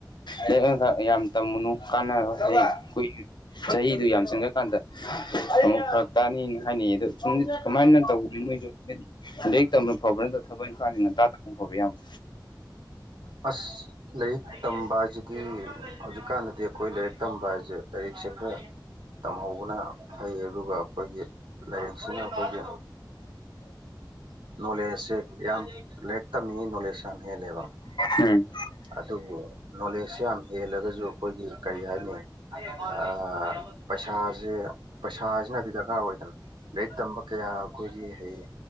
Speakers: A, on the left; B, on the right.
A: ꯂꯩꯥꯏꯔꯤꯛꯈꯛ ꯌꯥꯝ ꯇꯝꯃꯨꯅꯨ ꯀꯥꯟ ꯍ ꯀꯏ ꯆꯍꯤꯗꯨ ꯌꯥꯝꯁꯤꯟꯈꯀꯥꯟꯗ ꯑꯃꯛ ꯐꯔꯛ ꯇꯥꯅꯤꯅ ꯍꯥꯏꯅꯩꯌꯦ ꯑꯗꯣ ꯁꯨꯝ ꯀꯃꯥꯏꯅ ꯇꯧꯕꯅꯤ ꯃꯣꯏꯁꯨ ꯂꯥꯏꯔꯤꯛ ꯇꯝꯕ ꯐꯕ ꯅꯠꯇ ꯊꯕꯛ ꯏꯪꯈꯥꯡꯗꯤ ꯉꯟꯇꯥ ꯇꯥꯅ ꯐꯕ ꯌꯥꯕ꯭ꯔ
B: ꯑꯁ ꯂꯥꯏꯔꯤꯛ ꯇꯝꯕ ꯍꯥꯏꯁꯤꯗꯤ ꯍꯧꯖꯤꯛꯀꯥꯟꯗꯗꯤ ꯑꯩꯈꯣꯏ ꯂꯥꯏꯔꯤꯛ ꯇꯝꯕ ꯍꯥꯏꯁꯦ ꯂꯥꯏꯔꯤꯛꯁꯦ ꯈꯔ ꯇꯝꯍꯧꯕꯅ ꯐꯩ ꯑꯗꯨꯒ ꯑꯩꯈꯣꯏꯒꯤ ꯂꯥꯏꯔꯤꯛꯁꯤꯅ ꯑꯩꯈꯣꯏꯒꯤ ꯅꯣꯂꯦꯖꯁꯦ ꯌꯥꯝ ꯂꯥꯏꯔꯤꯛ ꯇꯝꯃꯤꯉꯩ ꯅꯣꯂꯦꯖ ꯌꯥꯝ ꯍꯦꯜꯂꯦꯕ
A: ꯎꯝ
B: ꯑꯗꯨꯕꯨ ꯅꯣꯂꯦꯖꯁꯤ ꯌꯥꯝ ꯍꯦꯜꯂꯒꯁꯨ ꯑꯩꯈꯣꯏꯒꯤ ꯀꯔꯤ ꯍꯥꯏꯅꯤ ꯑ ꯄꯩꯁꯥꯁꯦ ꯄꯩꯁꯥꯁꯤꯅꯗꯤ ꯗꯔꯀꯥꯔ ꯑꯣꯏꯗꯅ ꯂꯥꯏꯔꯤꯛ ꯇꯝꯕ ꯀꯌꯥ ꯑꯩꯈꯣꯏꯒꯤ ꯍꯌꯦ